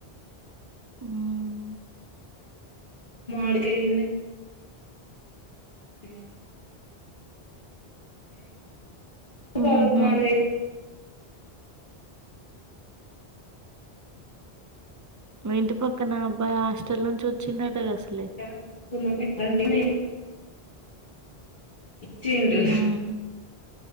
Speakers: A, on the right; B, on the left.
A: ఉమ్
B: మాడికాయ దిన్ని హ్మ్ ఉమ్ పుష్ప
A: హుహు.
B: వాళ్ళకు నాలుగు ఐదు
A: మీ ఇంటి పక్కన అబ్బాయి హాస్టల్ నుంచి వచ్చిండటగా అసలే.
B: దాన్ ఉందంటే దానికేమ్ లేదు పిచ్చోడు
A: హ్మ్.